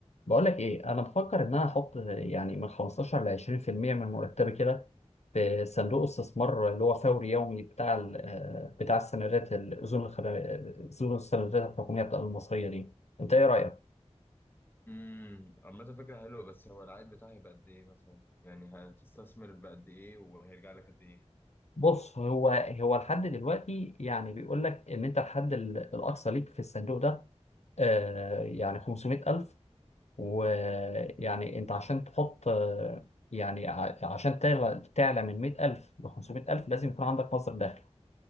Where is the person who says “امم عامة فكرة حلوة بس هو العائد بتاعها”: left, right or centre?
Left